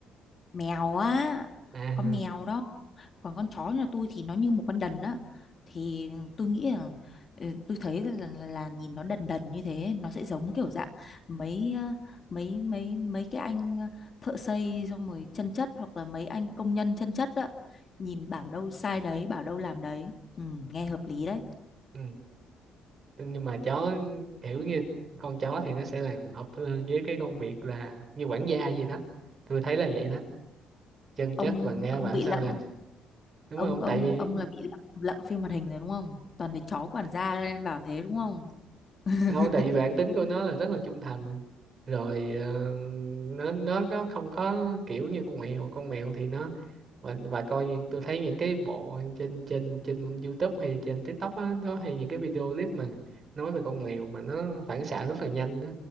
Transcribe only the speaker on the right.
à
ừ. nhưng mà chó kiểu như con chó thì nó sẽ làm hợp hơn với cái công việc là như quản gia gì đó tôi thấy là vậy đó chân
chất và nghe
bảo
sao
làm đúng
không
tại vì
đâu tại vì bản tính của nó là rất là trung thành rồi ờ, nó nó nó không có kiểu như con mèo con mèo thì nó và, và coi những tôi thấy những cái bộ trên trên trên YouTube hay trên TikTok á nó hay những cái video clip mà nói về con mèo mà nó phản xạ rất là nhanh đó